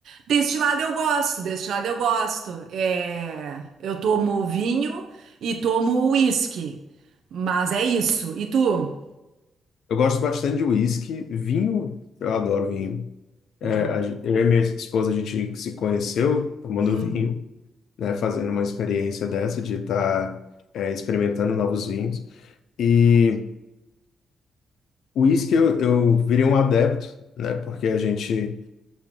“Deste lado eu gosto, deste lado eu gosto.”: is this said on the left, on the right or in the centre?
Right